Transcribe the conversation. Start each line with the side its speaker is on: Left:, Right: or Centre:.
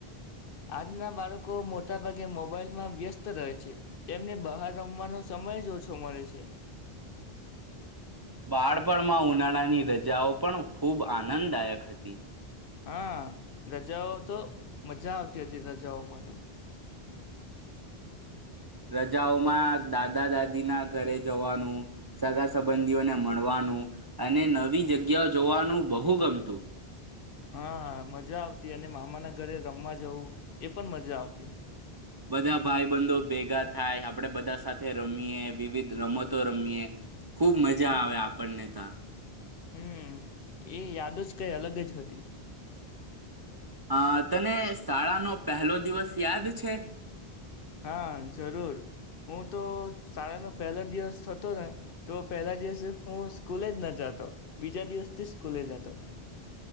Left: આજના બાળકો મોટાભાગે મોબાઈલમાં વ્યસ્ત રહે છે તેમને બહાર રમવાનો સમય જ ઓછો મળે છે.
Right: બાળપણમાં ઉનાળાની રજાઓ પણ ખૂબ આનંદદાયક હતી.
Left: હા રજાઓ તો મજા આવતી હતી રજાઓમાં તો.
Right: રજાઓમાં દાદા દાદીના ઘરે જવાનું, સગા સંબંધીઓને મળવાનું અને નવી જગ્યા જોવાનું બહુ ગમતું.
Left: હા મજા આવતી અને મામા ના ઘરે રમવા જવું એ પણ મજા આવતી.
Right: બધા ભાઈ બંધો ભેગા થાય આપણેે બધા સાથે રમીએ વિવિધ રમતો રમીએ ખુબ મજા આવે આપણને ત્યાં.
Left: હમ્મ, એ યાદ જ કઈ અલગ જ હતી.
Right: અ તને શાળાનો પહેલો દિવસ યાદ છે?
Left: હા જરૂર હું તો શાળાનો પહેલો દિવસ હતો ને તો પહેલા દિવસે હું સ્કૂલે જ ના જતો બીજા દિવસથી સ્કૂલે જતો.